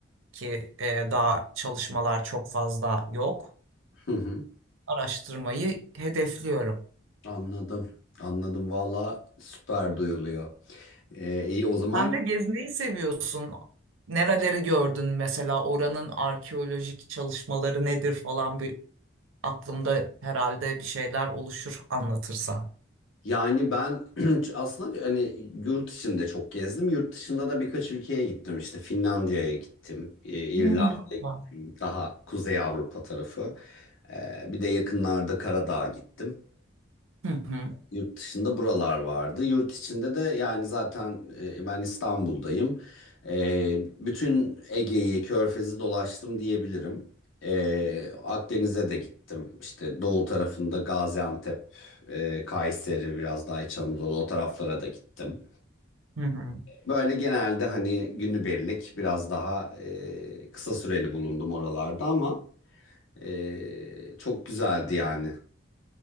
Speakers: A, on the right; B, on the left.
A: ki e, daha çalışmalar çok fazla yok.
B: <laughs>
A: Araştırmayı hedefliyorum.
B: Anladım. Anladım. Valla süper duyuluyor. Ee, iyi o zaman
A: Sen de gezmeyi seviyorsun. Nereleri gördün mesela oranın arkeolojik çalışmaları nedir falan bir aklımda herhalde bir şeyler oluşur anlatırsan.
B: yani ben <clears throat> aslında hani yurt içinde çok gezdim. Yurt dışında da birkaç ülkeye gittim. İşte Finlandiya'ya gittim. e, İrlanda'ya
A: Hmm. Tamam.
B: gittim. Daha Kuzey Avrupa tarafı. Ee, bir de yakınlarda Karadağ'a gittim.
A: Hı hı.
B: Yurt dışında buralar vardı. Yurt içinde de yani zaten e, ben İstanbul'dayım. E, bütün Ege'yi, Körfez'i dolaştım diyebilirim. E, Akdeniz'e de gittim. İşte doğu tarafında Gaziantep, e, Kayseri, biraz daha İç Anadolu o taraflara da gittim.
A: Hı hı.
B: Böyle genelde hani günübirlik biraz daha e, kısa süreli bulundum oralarda ama e, çok güzeldi yani.